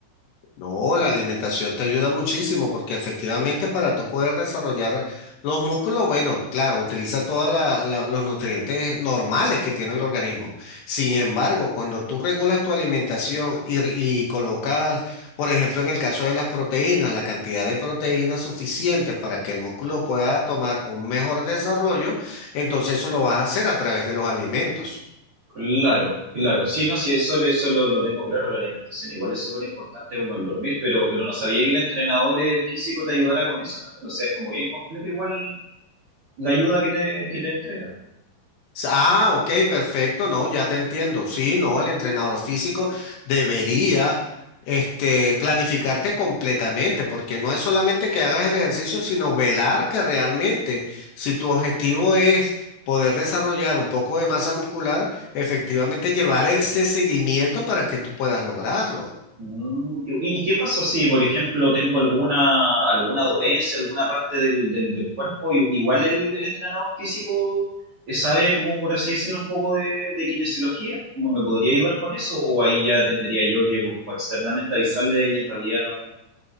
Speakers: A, on the left (about 70°); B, on the right (about 60°).
A: No, la alimentación te ayuda muchísimo porque efectivamente para tú poder desarrollar los músculos, bueno, claro, utiliza todos los nutrientes normales que tiene el organismo. Sin embargo, cuando tú regulas tu alimentación y, y colocas, por ejemplo, en el caso de las proteínas, la cantidad de proteínas suficiente para que el músculo pueda tomar un mejor desarrollo, entonces eso lo vas a hacer a través de los alimentos.
B: Claro, claro, sí, no, sí, eso, eso lo, lo tengo claro, la alimentación igual es súper importante como el dormir, pero, pero no sabía que el entrenador eh, físico te ayudara con eso también, o sea, es como bien completo igual la ayuda que te, que te entrega.
A: Ah, ok, perfecto, no, ya te entiendo. Sí, no, el entrenador físico debería este, planificarte completamente, porque no es solamente que hagas el ejercicio, sino velar que realmente, si tu objetivo es poder desarrollar un poco de masa muscular, efectivamente llevar ese seguimiento para que tú puedas lograrlo.
B: Mm, ¿Y, y qué pasa si, por ejemplo, tengo alguna, alguna dolencia, alguna parte del, del, del cuerpo? I- Igual el, el entrenador físico eh, sabe, como por así decirlo, un poco de, de kinesiología, ¿cómo me podría ayudar con eso? ¿O ahí ya tendría yo que, pues, como externamente avisarle y en realidad no,